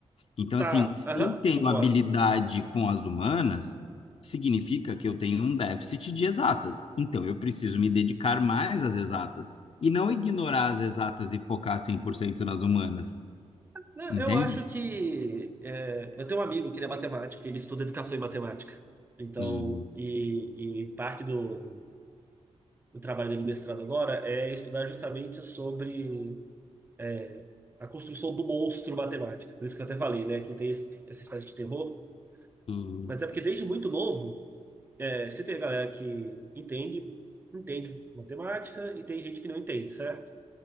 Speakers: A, on the left; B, on the right.
A: Então,
B: tá.
A: assim, se
B: Aham,
A: eu tenho
B: concordo.
A: habilidade com as humanas, significa que eu tenho um déficit de exatas. Então, eu preciso me dedicar mais às exatas e não ignorar as exatas e focar 100% nas humanas.
B: Não,
A: Entende?
B: eu acho que. é, eu tenho um amigo que ele é matemático, ele estuda educação e matemática. Então,
A: Uhum.
B: e, e parte do, do trabalho dele mestrado agora é estudar justamente sobre é, a construção do monstro matemática. Por isso que eu até falei, né, que tem esse- essa espécie de terror.
A: Uhum.
B: Mas é porque desde muito novo, é, você tem a galera que entende, entende matemática e tem gente que não entende, certo?